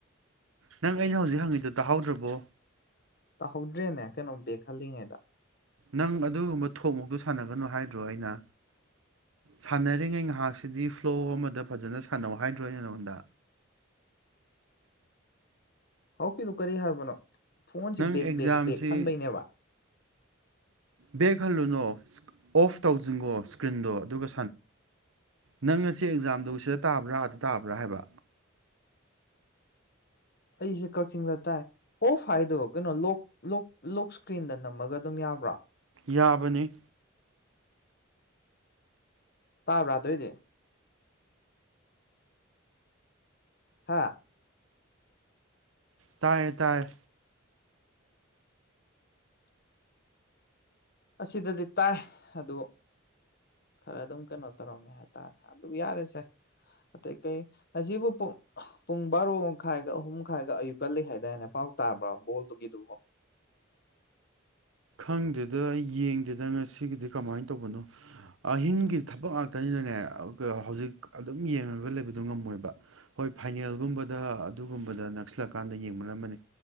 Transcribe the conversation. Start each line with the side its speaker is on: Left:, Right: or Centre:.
Right: ꯅꯪ ꯑꯩꯅ ꯍꯧꯖꯤꯛ ꯍꯪꯉꯤꯗꯣ ꯇꯥꯍꯧꯗ꯭ꯔꯕꯣ
Left: ꯇꯥꯍꯧꯗ꯭ꯔꯦꯅꯦ ꯀꯩꯅꯣꯝ ꯕꯦꯛ ꯍꯜꯂꯤꯉꯩꯗ
Right: ꯅꯪ ꯑꯗꯨꯒꯨꯝꯕ ꯊꯣꯛꯃꯣꯛꯇꯨ ꯁꯥꯟꯅꯒꯅꯨ ꯍꯥꯏꯗ꯭ꯔꯣ ꯑꯩꯅ ꯁꯥꯟꯅꯔꯤꯉꯩ ꯉꯥꯏꯍꯥꯛꯁꯤꯗꯤ ꯐꯂꯣ ꯑꯃꯗ ꯐꯖꯅ ꯁꯥꯟꯅꯧ ꯍꯥꯏꯗ꯭ꯔꯣ ꯑꯩꯅ ꯅꯉꯣꯟꯗ
Left: ꯍꯧꯀꯤꯗꯨ ꯀꯔꯤ ꯍꯥꯏꯕꯅꯣ ꯐꯣꯟꯁꯦ
Right: ꯅꯪ
Left: ꯕꯦꯛ
Right: ꯑꯦꯛꯖꯥꯝꯁꯤ
Left: ꯕꯦꯛ ꯕꯦꯛ ꯍꯟꯅꯩꯅꯦꯕ
Right: ꯕꯦꯛ ꯍꯜꯂꯨꯅꯣ ꯑꯣꯐ ꯇꯧꯖꯤꯟꯒꯣ ꯏꯁꯀ꯭ꯔꯤꯟꯗꯣ ꯑꯗꯨꯒ ꯅꯪ ꯉꯁꯤ ꯑꯦꯛꯖꯥꯝ ꯑꯗꯨ ꯁꯤꯗ ꯇꯥꯕ꯭ꯔꯥ ꯑꯗꯥ ꯇꯥꯕ꯭ꯔꯥ ꯍꯥꯏꯕ
Left: ꯑꯩꯖꯦ ꯀꯛꯆꯤꯡꯗ ꯇꯥꯏ ꯑꯣꯐ ꯍꯥꯏꯗꯣ ꯀꯩꯅꯣ ꯂꯣꯛ ꯂꯣꯛ ꯂꯣꯛ ꯏꯁꯀ꯭ꯔꯤꯟꯗ ꯅꯝꯃꯒ ꯑꯗꯨꯝ ꯌꯥꯕ꯭ꯔꯥ
Right: ꯌꯥꯕꯅꯤ
Left: ꯇꯥꯕ꯭ꯔꯥ ꯑꯗꯨꯏꯗꯤ ꯍꯥꯥ
Right: ꯇꯥꯏꯌꯦ ꯇꯥꯏꯌꯦ
Left: ꯑꯁꯤꯗꯗꯤ ꯇꯥꯏ ꯑꯗꯨ ꯈꯔ ꯑꯗꯨꯝ ꯀꯩꯅꯣ ꯇꯧꯔꯝꯃꯦ ꯍꯥꯏꯇꯥꯔꯦ ꯑꯗꯨ ꯌꯥꯔꯁꯦ ꯑꯇꯩ ꯀꯩ ꯉꯁꯤꯕꯨ ꯄꯨꯡ ꯄꯨꯡ ꯕꯥꯔꯣ ꯃꯈꯥꯏꯒ ꯑꯍꯨꯝ ꯈꯥꯏꯒ ꯑꯌꯨꯛ ꯂꯩ ꯍꯥꯏꯗꯥꯏꯅꯦ ꯄꯥꯎ ꯇꯥꯕ꯭ꯔꯥ ꯕꯣꯜꯗꯨꯒꯤꯗꯨꯕꯨ
Right: ꯍꯪꯗꯦꯗ ꯑꯩ ꯌꯦꯡꯗꯦꯗ ꯉꯁꯤꯒꯤꯗꯤ ꯀꯃꯥꯏꯅ ꯇꯧꯕꯅꯣ ꯑꯍꯤꯡꯒꯤꯗꯤ ꯊꯕꯛ ꯉꯥꯛꯇꯅꯤꯅꯅꯦ ꯍꯧꯖꯤꯛ ꯑꯗꯨꯝ ꯌꯦꯡꯉꯒ ꯂꯩꯕꯗꯣ ꯉꯝꯃꯣꯏꯕ ꯍꯣꯏ ꯐꯥꯏꯅꯦꯜꯒꯨꯝꯕꯗ ꯑꯗꯨꯒꯨꯝꯕꯗ ꯅꯛꯁꯤꯜꯂꯛꯀꯥꯟꯗ ꯌꯦꯡꯕꯅ ꯑꯃꯅꯤ